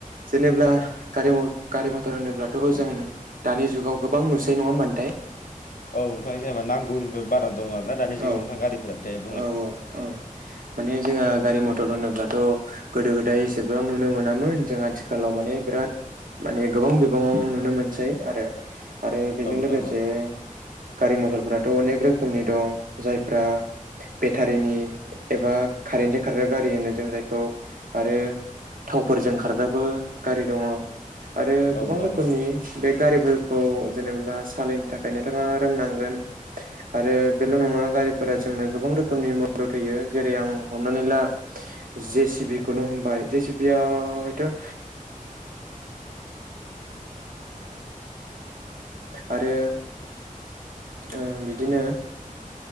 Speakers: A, on the right (about 75°); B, on the left (about 75°).
A: जेनेब्ला गारि म गारि मथर होनोब्लाथ' जों दानि जुगाव गोबां नुसै नङा होमबा नोंथां।
B: औ नोंथां जेनेबा नांगौनिबो बारा दं आरोना दानि
A: औ
B: जुगाव नोंथां गारिफोरा थाय
A: औ औ औ माने जोंहा गारि मथर होनोब्ला थ' गोदो गोदाय एसेबां नुनो मोनामोन जों आथिखालाव माने बिराद माने गोबां बिबाङाव नुनो मोनसै आरो। आरो बेजों
B: नोंथां
A: लोगोसे
B: औ
A: गारि मथर फोराथ' अनेक रोखोमनि दं जायफ्रा बेटारिनि एबा कारेेनजों खारग्रा गारि होनो जों जायखौ आरो थावफोरजों खारग्राबो गारि दङ आरो
B: औ
A: गोबां
B: नोंथां
A: रोखोमनि
B: औ
A: बे गारिफोरखौ जेनेब्ला सालायनो थाखाय नोंथाङा रोंनांगोन आरो बेल' नङा गा रिफोरा जोंनो गोबां रो खोमनि मदद होयो जेरै आं हमनानै ला जे सि बि खौनो हमबाय जे सि बिया हयथ' <inaudible> आरो ओ बिदिनो